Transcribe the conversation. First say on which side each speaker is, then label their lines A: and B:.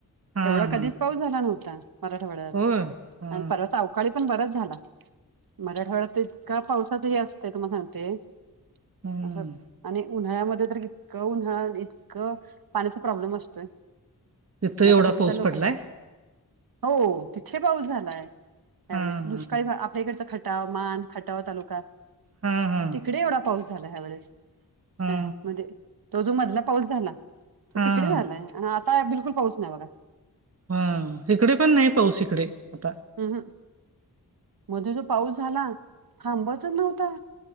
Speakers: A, on the right (about 40°); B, on the right (about 70°).
A: हा
B: एवढा कधीच
A: हा
B: पाऊस झाला नव्हता. मराठवाड्यात
A: होय हा
B: आणि परवा- पण बराच झाला. मराठवाड्यात इतका पावसाचाही असते तुमला सांगते.
A: हम्म
B: असं आणि- उन्हाळ्यामध्ये तर इतकं उन्हाळा इतकं पाण्याचा प्रॉब्लेम असतोय.
A: तिथं
B: आता
A: एवढा
B: कसं
A: पाऊस
B: झालं
A: पडलाय
B: पण
A: -
B: हो तिथे पाऊस झाला नाही. त्यावेळेस
A: हा हा
B: दुष्काळी आपल्याकडचा खटाव मान खटाव तालुका
A: हा हा
B: तिकडे एवढा पाऊस- ह्यावेळेस,
A: हा
B: म्हणजे तो जो मधला पाऊस झाला. तो
A: हा हा
B: तिकडे झालाय आणि आता बिलकुल पाऊस नाही बघा.
A: हा इकडे पण नाही पाऊस इकडे आता.
B: हम् हं मध्ये जो पाऊस झाला थांबचच नव्हता.